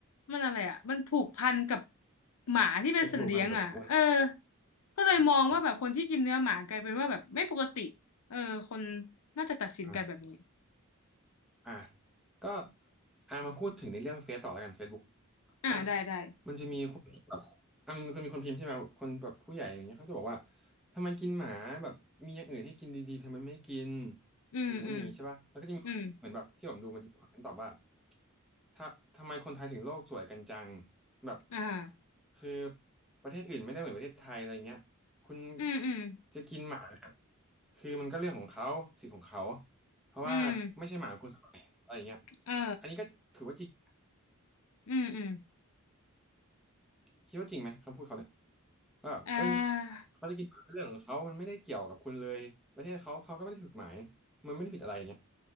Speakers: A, on the left; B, in the centre.
A: มันอะไรอ่ะมันผูกพันกับหมาที่เป็นสัตว์เลี้ยงอ่ะเออ
B: ไอ้ผูกพันกับวัน
A: ก็เลยมองว่าแบบคนที่กินเนื้อหมากลายเป็นว่าแบบไม่ปกติเออคน
B: ใช่ใช่
A: น่าจะตัดสินกันแบบนี้
B: อ่า อ่ะก็อ่ะมาพูดถึงในเรื่องเฟซต่อแล้วกัน Facebook
A: อ่าได้ได้
B: อ่ะมันจะมีคนแบบอ่ะมันคือมีคนพิมพ์ใช่ไหมแบบคนแบบผู้ใหญ่อย่างเงี้ยเขาจะบอกว่าทำไมกินหมาแบบมีอย่างอื่นให้กินดีๆทำไมไม่กิน
A: อืมอืม
B: อย่างงู้นอย่างนี้ใช่ป่ะแล้วก็จะมีเหมือนแบบที่ผมดูมันจะมีคนตอบว่า
A: อืม
B: ถ้าทำไมคนไทยถึงโลกสวยกันจังแบบ
A: อ่า
B: คือประเทศอื่นไม่ได้เหมือนประเทศไทยอะไรเงี้ยคุณ
A: อืมอืม
B: จะกินหมาเนี่ยคือมันก็เรื่องของเขาสิทธิ์ของเขา เพราะว่าไม่ใช่หมาของคุณสักหน่อยอะไรอย่างเงี้ย
A: อืมเออ
B: อันนี้ก็ถือว่าจริง
A: อืมอืม
B: คิดว่าจริงไหมคำพูดเขาเนี่ยว่าแบบเอ้ย
A: อ่า
B: เขาจะกินหมาเป็นเรื่องของเขามันไม่ได้เกี่ยวกับคุณเลยประเทศเขาเขาก็ไม่ได้ผิดกฎหมายมันไม่ได้ผิดอะไรอย่างเงี้ย